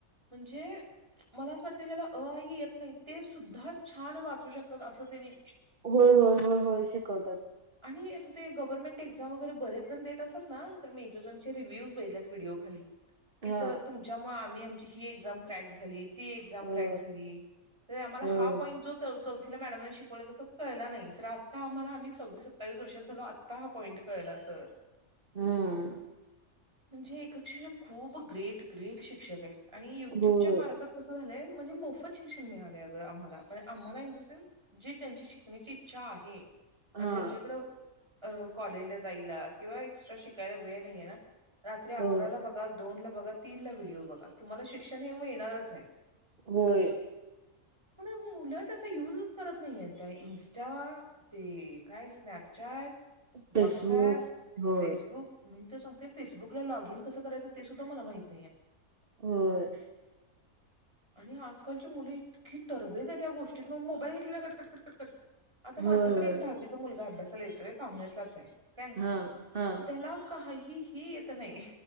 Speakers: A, on the right; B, on the right.
A: म्हणजे मला असं वाटत ज्याला अइई येत नाही ते सुद्धा छान वाचू शकतात असं त्यानी
B: होय होय होय होय शिकव
A: आणि ते गव्हर्नमेंट एक्झाम वगरेरेच जण देत असतात ना तर मी एकाकांचे रिव्ह्यूज बघितत व्हिडिओ खाली की
B: हा
A: सर तुमच्यामुळे आम्ही आमची ही एझाम क्रॅक झाली ती एक्झाम
B: हो
A: क्रॅक झाली तर आम्हाला
B: होय
A: हा पॉईंट जो त मॅडमने शिकवलं तर तो कळला नाही तर आम्हाला आम् सव्वीस सत्तावीस वर्षात झाला आता हा पॉईंट कळला सर
B: हम
A: म्हणजे एक शिक्षक खूप ग्रेट ग्रेट शिक्षक आहेत आणि युट्यूबच्या
B: होय
A: मार्फत कसं झालंय मोफत शिक्षण मिळालंय आ पणीची इच्छा आहे आणि
B: हा
A: ज्यांच्याकडे कॉलेजला जायला किंवा एक्सट्रा शि कायला वेळ नाही आहे ना रात्री अकरा
B: हो
A: ला बघा दोनला ब बघा, तीनला व्हिडिओ बघा तुम्हाला शिक्षण हे मिळणारचं
B: होय
A: पण मुलं त्याचा युजच करत नाही आहेत. त्या इन्स्टा ते काय स्नॅपचॅट, व्हाट्सएप,
B: फेसबुक होय
A: फेसबुक म्हण तेचं सांगतोय फेसबुकला लॉग इन कसं करायचं ते सुद्धा मला माहिती
B: होय
A: आणि आजकालची मुलं इतकी तरबेज आहेत या गोष्टीत मोबाईल घेतली ना कटकटकटकटकट आता माझ्याकडे
B: होय, होय.
A: एक दहावीचा मुलगा अभ्यासाला येतोय पाहुण्यातलाच आहे काय
B: हा, हा,
A: त्याला काही हिही येत नाही.